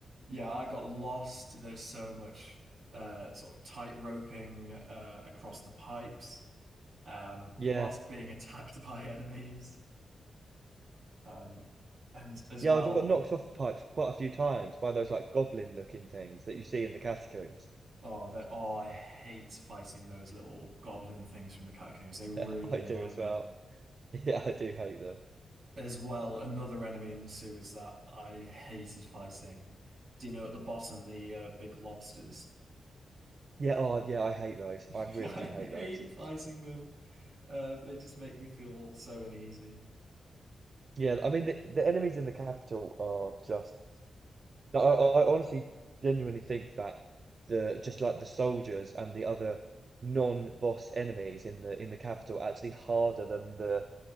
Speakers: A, on the right (about 70°); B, on the right (about 50°).
A: Yeah, I got lost. There's so much uh, sort of tight roping uh, across the pipes, um,
B: Yeah,
A: whilst being <laughs> attacked by enemies. Um, and as
B: yeah,
A: well,
B: I got knocked off the pipes quite a few times by those like goblin looking things that you see in the catacombs.
A: oh, that oh, I hate fighting those little goblin things from the catacombs. They really
B: <laughs> I
A: annoy
B: do as
A: me.
B: well. <laughs> Yeah, I do hate them.
A: As well, another enemy in the sewers that I hated fighting. Do you know at the bottom the uh, big lobsters?
B: Yeah, oh, yeah, I hate those.
A: <laughs>
B: I really
A: I
B: do hate
A: hate
B: those.
A: fighting them. Uh, they just make me feel so uneasy.
B: Yeah, I mean, the, the enemies in the capital are just. I, I I honestly, genuinely think that the just like the soldiers and the other non-boss enemies in the in the capital are actually harder than the